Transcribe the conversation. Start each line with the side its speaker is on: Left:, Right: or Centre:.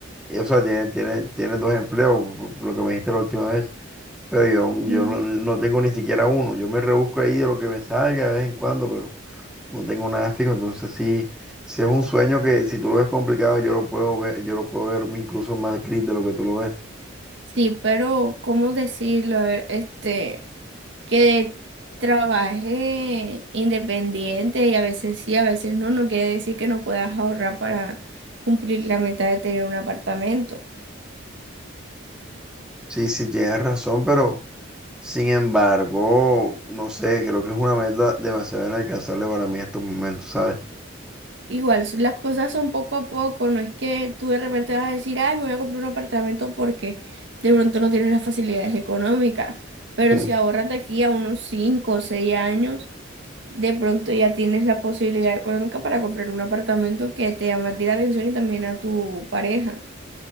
Centre: Y, O sea, tienes tiene, tiene tiene dos empleos, por lo que me dijiste la última vez. Pero yo,
Right: Sí.
Centre: yo no, no tengo ni siquiera uno. Yo me rebusco ahí de lo que me salga de vez en cuando, pero no tengo nada fijo. Entonces sí, sí es un sueño que si tú lo ves complicado, yo lo puedo ver, yo lo puedo ver incluso más gris de lo que tú lo ves.
Right: Sí, pero ¿cómo decirlo? A ver, este, que trabaje independiente y a veces sí, a veces no, no quiere decir que no puedas ahorrar para cumplir la meta de tener un apartamento.
Centre: Sí, sí, tienes razón, pero Sin embargo, no sé, creo que es una meta demasiado inalcanzable para mí en estos momentos, ¿sabes?
Right: Igual, s- las cosas son poco a poco, no es que tú de repente vas a decir, ay, me voy a comprar un apartamento porque de pronto no tienes las facilidades económicas, pero
Centre: Mm.
Right: si ahorras de aquí a unos 5 o 6 años, de pronto ya tienes la posibilidad económica para comprar un apartamento que te llama a ti la atención y también a tu pareja.